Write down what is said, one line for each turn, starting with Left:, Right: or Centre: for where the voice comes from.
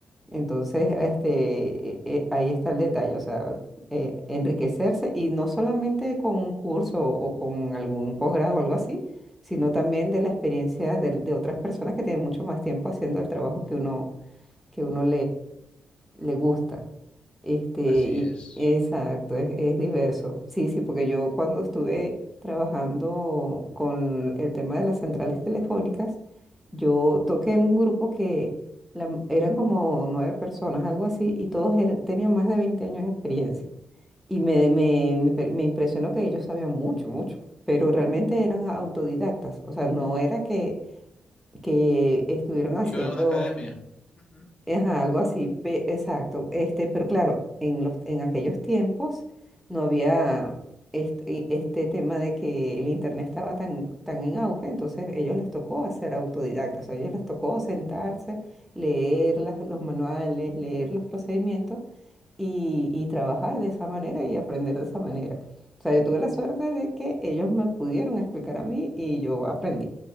Centre: Entonces, este, eh, eh, ahí está el detalle, o sea, eh, enriquecerse y no solamente con un curso o con algún posgrado o algo así, sino también de la experiencia de, de otras personas que tienen mucho más tiempo haciendo el trabajo que uno, que uno le gusta. Este,
Left: Así
Centre: y-
Left: es.
Centre: exacto, es, es diverso. Sí, sí, porque yo cuando estuve trabajando con el tema de las centrales telefónicas, yo toqué en un grupo que la m- eran como nueve personas, algo así, y todos eran- tenían más de 20 años de experiencia. Y me, me, me impre- me impresionó que ellos sabían mucho, mucho, pero realmente eran autodidactas. O sea, no era que, que estuvieran haciendo...
Left: Iba a una academia. Ujú.
Centre: Ajá, algo así, pe- exacto. Este, pero claro, en los, en aquellos tiempos no había este, este tema de que el internet estaba tan, tan en auge, entonces ellos les tocó hacer autodidactas, o sea, ellos les tocó sentarse, leer las- los manuales, leer los procedimientos y, y trabajar de esa manera y aprender de esa manera. O sea, yo tuve la suerte de que ellos me pudieron explicar a mí y yo aprendí.